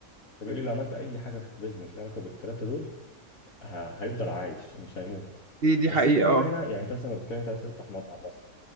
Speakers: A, on the left; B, on the right.
A: فبيقول لي لو عملت اي حاجه في بيزنس ليها علاقه بالثلاثه دول ه- هيفضل عايش مش هيموت
B: دي دي
A: بس
B: حقيقة
A: إيه الفكره
B: اه
A: بقى هنا يعني انت مثلا لو بتتكلم انت عايز تفتح مطعم مثلا